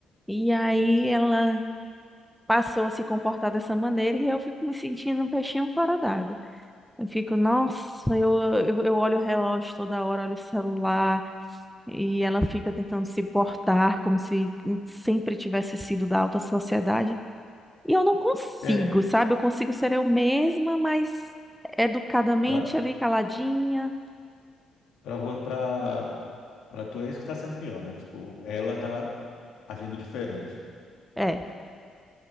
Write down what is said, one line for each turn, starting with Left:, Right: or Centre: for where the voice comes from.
Centre: E aí ela passou a se comportar dessa maneira e eu fico me sentindo um peixinho fora d'água. Eu fico, nossa, eu, eu, eu olho o relógio toda hora, olho o celular, e ela fica tentando se portar como se sempre tivesse sido da alta sociedade. E eu não consigo,
Left: é
Centre: sabe? Eu consigo ser eu mesma, mas educadamente
Left: pra,
Centre: ali, caladinha.
Left: pra, vo- pra, pra tu é isso que tá sendo pior, né? Tipo, ela tá agindo diferente.
Centre: É,